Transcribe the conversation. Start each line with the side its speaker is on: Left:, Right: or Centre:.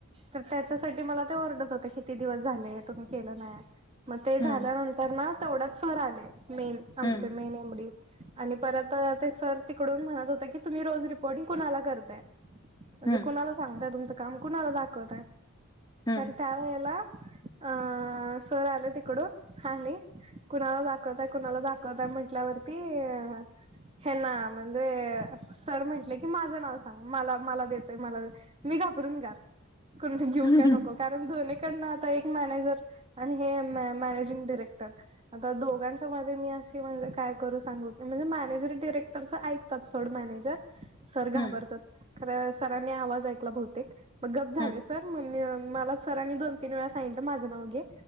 Right: तर त्याच्यासाठी मला ते ओरर्डत होत किती दिवस झाले तुम्ही केलं नाही मग ते झाल्यानंतर
Left: हम्म
Right: ना तेवढ्यात सर आले मेन आमचे
Left: हम्म
Right: मेन एमडी आणि परत ते सर तिकडून म्हणत होते की तुम्ही रोज रिपोर्टिंग कुणाला करताय म्हणजे
Left: हम्म
Right: कुणाला सांगताय तुमचं काम कुणाला दाखवत आहे
Left: हं,
Right: त्यावेेळेला अ सर आले तिकडून आणि कुणाला दाखवतय कुणाला दाखवतय म्हंटल्यावरती अ हे ना म्हणजे सर म्हंटले की माझं नाव सांग मला मला देतय मला मी घाबरून जात कुणाला घेऊ
Left: हं,
Right: का नको कारण दोन्हीकडनं आता एक मॅनेजर आणि हे मॅनेजिंग डिरेक्टर आता दोघांच्या मध्ये मी अशी म्हणजे काय करू सांगू की म्हणजे मॅनेजरी डिरेक्टरचं ऐक सोड मॅनेजर सर घाबरतात
Left: हं,
Right: कारण सरांनी आवाज ऐकला बहुतेक मग गप् झाले
Left: हं,
Right: सर मग मी मला सरांनी दोन तीन वेळा सांगितलं माझं नाव घे